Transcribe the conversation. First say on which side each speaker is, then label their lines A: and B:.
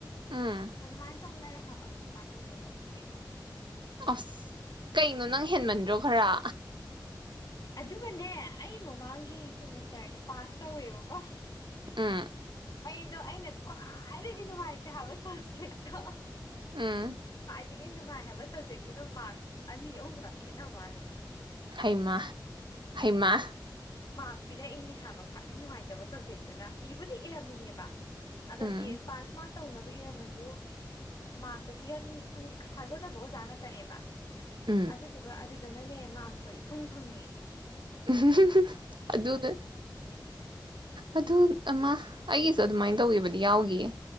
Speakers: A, on the right; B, on the left.
A: ꯎꯝ
B: ꯑꯗꯨꯃꯥꯏꯅ ꯇꯧ ꯂꯩꯔꯦ ꯀꯃꯥꯏꯅ ꯇꯧꯗꯅꯣ ꯈꯪꯗꯦ
A: ꯑꯁ ꯀꯩꯅꯣ ꯅꯪ ꯍꯦꯟꯃꯟꯗ꯭ꯔꯣ ꯈꯔ꯫
B: ꯑꯗꯨꯒꯅꯦ ꯑꯩ ꯃꯃꯥꯡꯒꯤ ꯁꯦꯃꯤꯁꯇꯔꯗꯣ ꯄꯥꯁ ꯇꯧꯋꯦꯕꯀꯣ
A: ꯎꯝ꯫
B: ꯑꯩꯗꯣ ꯑꯩꯅ ꯈ꯭ꯋꯥꯏꯗꯒꯤ ꯅꯨꯡꯉꯥꯏꯇꯦ ꯍꯥꯏꯕ ꯁꯕꯖꯦꯛꯇꯣ
A: ꯑꯝ
B: ꯈꯋꯥꯏꯗꯒꯤ ꯅꯨꯡꯉꯥꯏ ꯍꯥꯏꯕ ꯁꯕꯖꯦꯛꯇꯨꯗ ꯃꯥꯛ ꯑꯅꯤ ꯑꯍꯨꯝꯗꯪ ꯈꯦꯠꯅꯕꯅꯤ
A: ꯍꯩꯃ ꯍꯩꯃ
B: ꯃꯥꯔꯛ ꯄꯤꯔꯛꯏꯅꯦ ꯍꯥꯏꯕ ꯈ꯭ꯋꯥꯏꯗꯒꯤ ꯅꯨꯡꯉꯥꯏꯇꯕ ꯁꯕꯖꯦꯛꯇꯨꯅ ꯏꯕꯨꯗꯤ ꯏꯔꯝꯃꯤꯅꯦꯕ ꯑꯗꯣ
A: ꯎꯝ
B: ꯑꯦ ꯄꯥꯁ ꯃꯥꯥꯔꯛ ꯇꯧꯅꯕ ꯏꯔꯝꯃꯁꯨ ꯃꯥꯛ ꯇꯣ ꯄꯤꯔꯛꯅꯤ ꯈꯪ ꯊꯥꯖꯗꯕ ꯑꯣꯖꯥ ꯉꯥꯛꯇꯅꯦꯕ
A: ꯎꯝ
B: ꯑꯗꯨꯗꯨꯒ ꯑꯗꯨ ꯐꯖꯅꯅꯦ ꯃꯥꯔꯛꯇꯣ ꯏꯐꯪ ꯐꯪꯉꯤ
A: <unintelligible> ꯑꯗꯨꯅꯦ ꯑꯗꯨ ꯑꯃ ꯑꯩꯒꯤꯁꯨ ꯑꯗꯨꯃꯥꯏꯅ ꯇꯧꯒꯤꯕꯗꯤ ꯌꯥꯎꯒꯤꯌꯦ